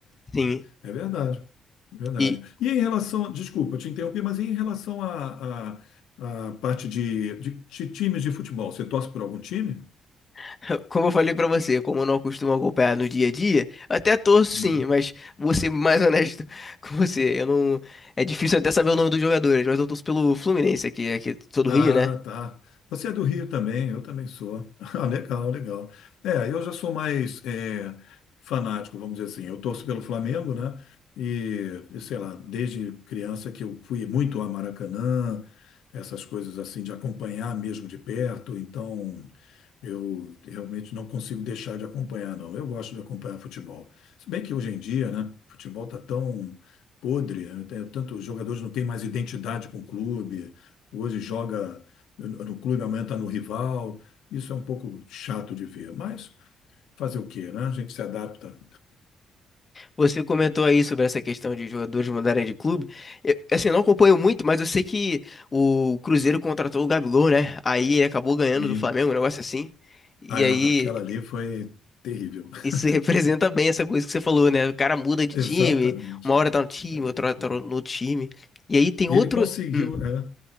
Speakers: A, on the left; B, on the left.
A: Sim,
B: É, é verdade. Verdade.
A: e
B: E em relação, desculpa, eu te interrompi, mas e em relação à à- à parte de, de, de times de futebol, você torce por algum time?
A: <laughs> como eu falei pra você, como eu não costumo acompanhar no dia a dia, eu até torço sim,
B: Uhum.
A: mas vou ser mais honesto <laughs> com você. Eu não, é difícil até saber o nome dos jogadores, mas eu torço pelo Fluminense aqui, aqui sou do
B: Ah,
A: Rio, né?
B: tá. Você é do Rio também, eu também sou. <laughs> Ah, legal, legal. É, eu já sou mais é, fanático, vamos dizer assim. Eu torço pelo Flamengo, né? E, e sei lá, desde criança que eu fui muito a Maracanã, essas coisas assim, de acompanhar mesmo de perto. Então, eu realmente não consigo deixar de acompanhar, não. Eu gosto de acompanhar futebol. Se bem que hoje em dia, né, futebol tá tão podre, né? Tanto os jogadores não têm mais identidade com o clube. Hoje joga no clube, amanhã está no rival. Isso é um pouco chato de ver, mas fazer o quê, né? A gente se adapta.
A: Você comentou aí sobre essa questão de jogadores mudarem de clube. Eu, assim, eu não acompanho muito, mas eu sei que o Cruzeiro contratou o Gabigol, né? Aí ele acabou ganhando
B: E
A: do Flamengo, um negócio assim. E
B: a-
A: aí
B: aquela ali foi terrível. <laughs>
A: Isso <laughs> representa bem essa coisa que você falou, né? O cara muda de
B: Exatamente.
A: time, uma hora tá no time,
B: Exatamente.
A: outra hora tá no outro time. E aí tem
B: E
A: outro.
B: ele conseguiu,
A: Hum,
B: é.